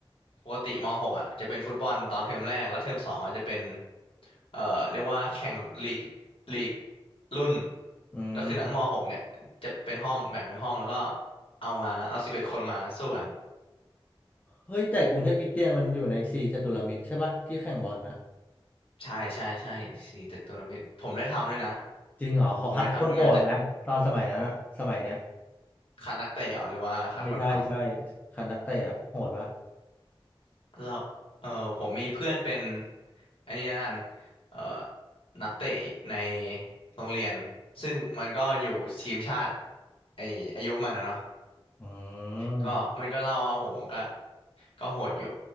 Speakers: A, on the left (about 70°); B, on the left (about 15°).
A: ปกติม .6 อ่ะจะเป็นฟุตบอลตอนเทอมแรกแล้วเทอมสองอ่ะจะเป็นเออเรียกว่าแข่งลีกลีกรุ่น
B: อืม
A: ก็คือทั้งม .6 เนี่ยจะเป็นห้องแบ่งเป็นห้องแล้วก็เอามาเอาสิบเอ็ดคนมาสู้กัน
B: เฮ้ยแต่กรุงเทพคริสเตียนมันอยู่ในสี่จัตุรมิตรใช่ปะที่แข่งบอลนะ
A: ใช่ใช่ใช่สี่เจ็ดทัวรนมิตรผมได้ทำด้วยนะ
B: จริงเหรอเขาคัดคนโหดไหมตอนสมัยนั้นอะสมัยเนี้ย
A: ผมได้ทำงานจะคัดนักเตะเหรอหรือว่าคัดคนท
B: ใช่ใช่ใช่คัดนักเตะอะโหดปะ
A: ำแล้วเออผมมีเพื่อนเป็นอันนี้แล้วกันเออนักเตะในโรงเรียนซึ่งมันก็อยู่ทีมชาติไออายุมันนะเนาะ
B: อืม
A: ก็มันก็เล่าว่าโหก็ก็โหดอยู่